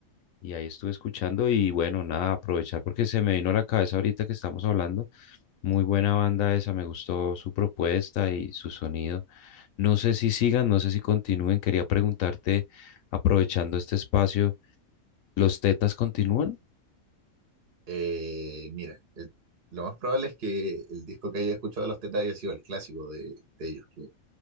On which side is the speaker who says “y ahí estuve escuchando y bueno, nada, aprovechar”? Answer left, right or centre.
Left